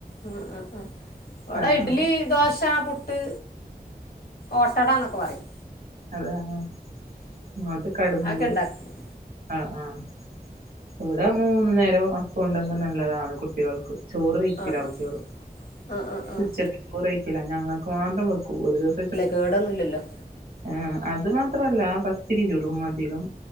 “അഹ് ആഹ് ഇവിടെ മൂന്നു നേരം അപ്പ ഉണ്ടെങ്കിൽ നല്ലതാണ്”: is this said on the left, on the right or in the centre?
Right